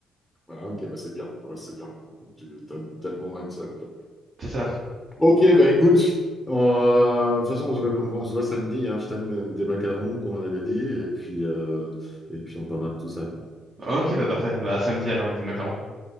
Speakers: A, in the centre; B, on the right.
A: Voilà, ok, bah c'est bien, Ouais, c'est bien. Tu as, le bon mindset. quoi.
B: C'est ça.
A: Ok, bah écoute, on- euh, de toute façon, on se voit, on- on se voit samedi, hein. Je t'amène des des macarons, comme on avait dit, et puis, euh, et puis on parlera de tout ça, quoi.
B: Ok, bah parfait. Bah à samedi alors avec les macarons.